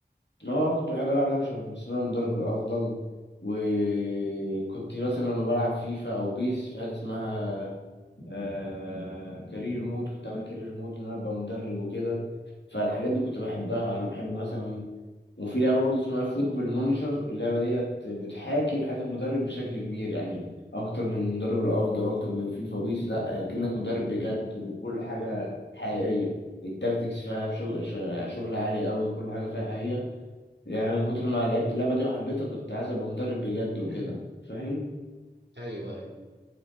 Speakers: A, on the left (about 75°); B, on the right (about 75°).
A: اه كنت بحب العب لعبه شبه بسم الله المدرب الافضل وكنت مثلا لما بلعب فيفا او بيس في حاجه اسمها آه... كارير مود كنت اعمل كارير مود ان انا ابقى مدرب وكده فالحاجات دي كنت
B: مم.
A: بحبها انا بحب مثلا وفي لعبه برضه اسمها فوتبول مانجر اللعبه ديت بتحاكي حياه المدرب بشكل كبير يعني اكتر من المدرب الافضل اكتر من فيفا وبيس لا كأنك مدرب بجد وكل حاجه حقيقيه التاكتكس فيها شغل شغل عالي قوي وكل حاجه فيها حقيقيه يعني من كتر ما
B: مم.
A: لعبت اللعبة دي وحبيتها كنت عايز ابقى مدرب بجد وكده
B: <clears throat>
A: فاهم
B: ايوه أيوة.